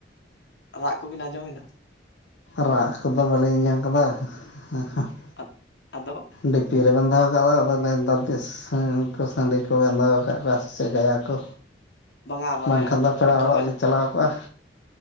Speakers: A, on the left (about 65°); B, on the left (about 85°).
A: ᱨᱟᱜ ᱠᱚᱵᱤᱱ ᱟᱸᱡᱚᱢᱮᱫᱟ?
B: ᱨᱟᱜ ᱠᱚᱫᱚ ᱵᱟᱹᱞᱤᱧ ᱟᱸᱡᱚᱢ ᱟᱠᱟᱫᱟ ᱾
A: ᱟ ᱟᱫᱚ!
B: ᱰᱷᱤᱯᱤ ᱨᱮᱵᱮᱱ ᱫᱚᱦᱚ ᱟᱠᱟᱫ ᱫᱚ ᱟᱫᱚ ᱢᱮᱱᱫᱟ ᱵᱮᱥ ᱦᱮᱸ ᱠᱚ ᱥᱟᱺᱰᱤ ᱠᱚ ᱵᱮᱱ ᱫᱚᱦᱚ ᱟᱠᱟᱫ ᱠᱚᱣᱟ ᱥᱮ ᱪᱮᱫ ᱡᱟᱭᱟ ᱠᱚ?
A: ᱵᱟᱝᱟ ᱢᱟᱱᱮ
B: ᱵᱟᱝᱠᱷᱟᱱ ᱫᱚ ᱯᱮᱲᱟ
A: ᱫᱚᱢᱮ
B: ᱦᱚᱲᱚᱜ ᱞᱤᱧ ᱪᱟᱞᱟᱣ ᱠᱚᱜᱼᱟ ᱾